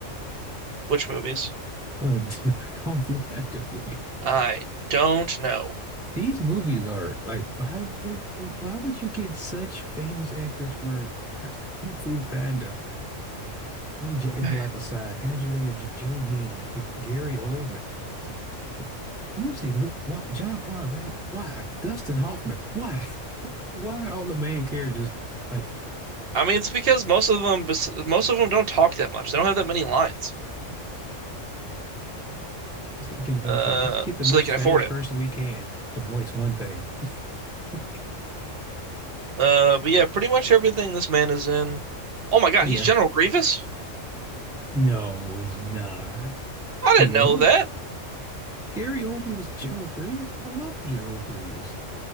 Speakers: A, on the right; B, in the centre.
A: which movies?
B: Uh, <laughs> the Kung Fu Panda movies.
A: I don't know.
B: These movies are like, why the heck, why would you get such famous actors for Kung Fu Panda? I mean, Jack
A: <sighs>
B: Black aside, Angelina J- Jolie, like Gary Oldman, it's like, like, Lucy, look, why, John Claude Van, why? Dustin Hoffman, why? <laughs> Why why are all the main characters like
A: I mean, it's because most of them, bes- most of them don't talk that much. They don't have that many lines,
B: it's like Invincible?
A: uh,
B: Let's get the
A: so
B: most
A: they can
B: famous
A: afford
B: person
A: it.
B: we can to voice one thing. <laughs>
A: Uh, but yeah, pretty much everything this man is in. Oh my God,
B: Yeah,
A: he's General Grievous?
B: no, he's not. He
A: I didn't
B: was.
A: know that.
B: Gary Oldman was General Grievous. I love General Grievous.